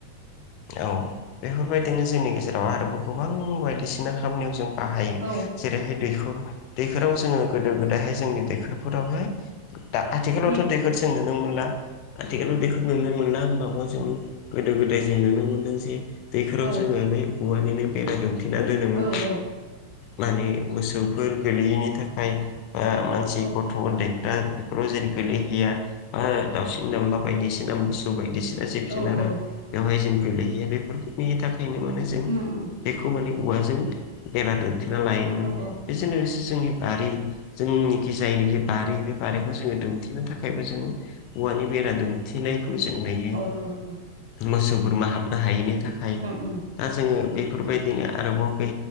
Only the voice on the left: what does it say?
औ बेफोरबायदिनो जोंनि गेजेराव आरोबाव गोबां बायदिसिना खामानियाव जों बाहायो
जेरैहाय दैखर दैखराव जोङो गोदो गोदायहाय जोंनि दैखरफोरावहाय दा आथिखालावथ'
दैखर
जों नुनो मोनला आथिखालाव दैखर नुनो मोनला होमबाबो गोदो गोदाय जों नुनो मोनदों जे दैखराव
जोङो बे औवानिनो बेरा दु थिना दोनोमोन।
माने मोसौफोर गोलैयैनि थाखाय। बा मानसि
गथ' उन्दैफ्रा बेफोराव जेन गोलैहैया। बा दावसिन दाउला बायदिसिना मोसौ बायदिसिना जिब
जिनारा
बेवहाय जों गोलैहैया बेफोरनि थाखा बेनि माने जों
बेखौ माने औवाजों बेरा दोनथेना लायोमोन।
बेजोंनो लोगोसे जोंनि बारि जोंनिखि जायनाखि बारि बे बारिखौ जोङो थिनो थाखायबो जों औवानि बेरा दुमथिनायखौ जों नुयो।
मोसौ बुरमा हाबनो हायैनि थाखाय
दा जोङो बेफोरबायदिनो आरोबाव बे